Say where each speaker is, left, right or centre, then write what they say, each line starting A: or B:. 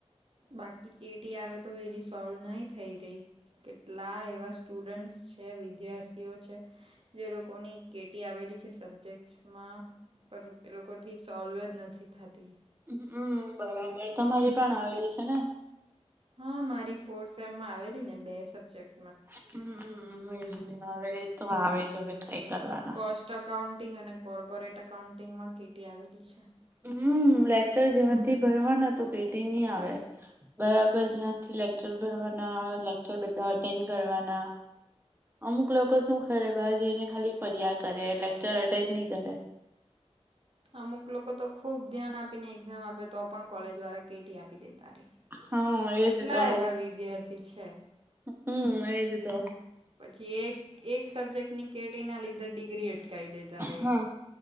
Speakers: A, on the right; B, on the right.
A: બાકી કેટી આવે તો એ સોલ્વ નહી થઈ રહી, કેટલા એવા સ્ટુડન્ટ્સ છે વિદ્યાર્થીઓ છે. જે લોકોની કેટી આવેલી છે સબ્જેક્ટમાં. પર એ લોકોથી સોલ્વ જ નથી થતી.
B: હમ બરાબર તમારી પણ આવેલી છે ને?
A: હા મારી ફોર્થ સેમમાં આવેલી ને બે સબ્જેક્ટ
B: હમમ એજ નહી હવે તો આવે જવે કઈ કરવાના.
A: ફર્સ્ટ અકાઉન્ટિંગ અને કોર્પોરેટ અકાઉન્ટિંગમાં કે ટી આવેલી છે
B: હમ લેક્ચર ધ્યાન થી ભરવાનું હતું તો કે ટી નહીં આવે. બરાબર ધ્યાન થી લેક્ચર ભરવાના લેક્ચર બધા અટેન્ડ કરવાના. અમુક લોકો શું કરે ખાલી બાાર જેને ખાલી ફરિયા કરે લેકચર અટેન્ડ નહી કરે.
A: અમુક લોકો તો ખુબ ધ્યાન આપીને એક્ઝામ આપે તો પણ કોલેજ વાળા કેટી આપી દેતા રે
B: હા
A: કેટલા
B: એજ તો
A: એવા વિદ્યાર્થી છે.
B: હમ એજ તો
A: પછી એક એક સબ્જેક્ટ ની કેટીના લીધે ડિગ્રી અટકાવી દેતા રેય
B: હા